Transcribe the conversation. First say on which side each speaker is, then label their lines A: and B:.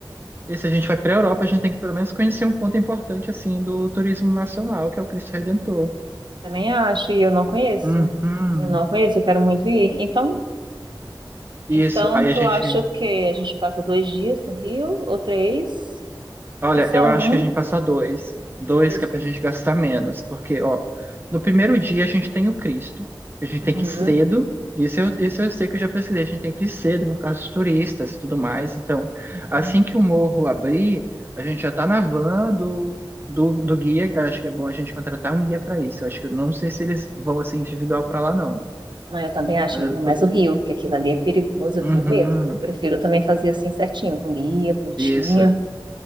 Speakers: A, on the right; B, on the right.
A: e se a gente vai pra Europa, a gente tem que pelo menos conhecer um ponto importante, assim, do turismo nacional, que é o Cristo Redentor.
B: Também acho, e eu não conheço.
A: Uhum.
B: Eu não conheço, eu quero muito ir. Então,
A: Isso,
B: então
A: aí a
B: tu
A: gente
B: acha que a gente passa dois dias no Rio ou três? Porque
A: Olha,
B: só
A: eu
B: um,
A: acho que a gente passa dois. Dois
B: dois.
A: que é pra gente gastar menos. Porque, ó, no primeiro dia a gente tem o Cristo. A gente
B: Uhum.
A: tem que ir cedo. Isso eu, isso eu sei que eu já pesquisei. A gente tem que ir cedo por causa dos turistas e tudo mais. Então,
B: uhum.
A: assim que o morro abrir, a gente já tá na van do, do, do guia. Eu acho que é bom a gente contratar um guia pra isso. Eu acho que eu não sei se eles vão assim individual pra lá, não.
B: Não, eu também acho,
A: Eh,
B: amiga, mas
A: por-
B: o Rio, que aquilo ali é perigoso, eu
A: Uhum,
B: tenho medo. né? Eu prefiro também fazer assim certinho, com guia, bonitinho.
A: isso.